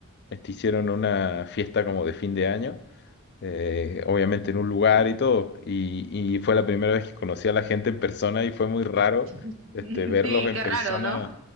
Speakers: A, on the left; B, on the right.
A: este, hicieron una fiesta como de fin de año eh, obviamente en un lugar y todo. Y, y fue la primera vez que conocí a la gente en persona y fue muy raro
B: <laughs>
A: este, verlos
B: Sí,
A: en
B: qué
A: persona.
B: raro, ¿no?